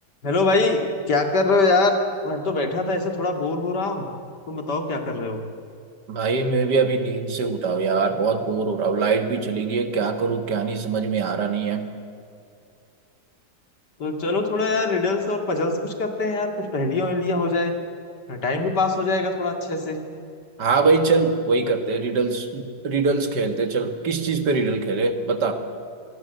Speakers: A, on the left; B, on the right.
A: Hello भाई क्या कर रहे हो यार मैं तो बैठा था ऐसे थोड़ा बोर हो रहा हूँ तुम बताओ क्या कर रहे हो
B: भाई मैं भी अभी नींद से उठा हूँ यार बहुत बोर हो रहा हूँ लाइट भी चली गई है क्या करूँ क्या नहीं समझ में आ रहा नहीं है
A: तो चलो थोड़ा यार रिडल्स और पजल्स कुछ करते हैं यार कुछ पहेलियां वहेलियां हो जाए टाइम भी पास हो जाएगा थोड़ा अच्छे से
B: हाँ भाई चल वही करते हैं रिडल्स रिडल्स खेलते हैं, चल किस चीज पे रिडल खेले बता